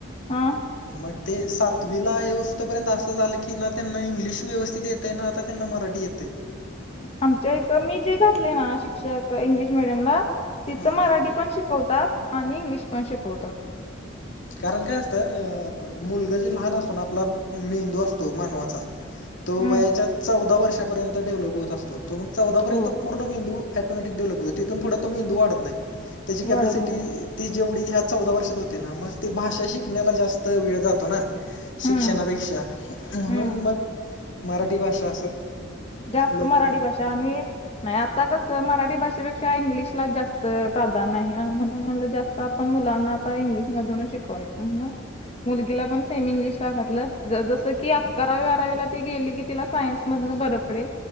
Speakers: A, on the left; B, on the left.
A: हा.
B: मग ते सातवीला येऊस्थपर्यंत असं झालं की ना त्यांना इंग्लिश व्यवस्थित ये ते ना आता त्यांना मराठी येते.
A: आमच्या इथं मी जे घातले ना शिक्षक इंग्लिश मिडियमला तिथं
B: हां
A: मराठी
B: हां
A: पण शिकवतात आणि इंग्लिश पण शिकवतात.
B: कारण काय असतं अ मुलगा जे लहान असतो ना आपला मेंदू असतो मानवाचा. तो
A: हम्म
B: वयाच्या चौदा वर्षापर्यंत डेव्हलप होत असतो तो मग चौदा पर्यंत
A: हो
B: पूर्ण मेंदू. ऑटोमॅटिक डेव्हलप होतो तिथून पुढं तो मेंदू वाढत नाही त्याची कॅपॅसिटी
A: वाढत नाही हो.
B: ती जेवढी ह्या चौदा वर्षात हो ते ना म ते भाषा शिकण्याला जास्त वेळ जातो ना.
A: हम्म
B: शिक्षणापेक्षा म्हणून
A: हम्म
B: मग मराठी भाषा असं.
A: जास्त
B: लोकड
A: मराठी भाषा आणि नाही आता कस मराठी भाषेपेक्षा इंग्लिशला जास्त प्राधान्य ना म्हणून म्हणलं जास्त. आता आपण मुलांना आता इंग्लिश मधूनच शिकवायचं म्हणून. मुलगीला पण सेमी इंग्लिशला घातलं जस की अकरावी बारावीला ती गेली की तिला सायन्स मधन बर इकडे